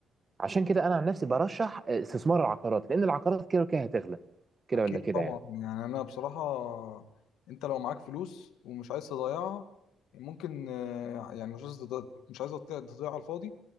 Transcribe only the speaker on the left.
اكيد
طبعا
يعني انا بصراحه انت لو معاك فلوس ومش عايز تضيعها ممكن آه، يعني مش عايز تض- مش عايز تضيع تضيع على الفاضي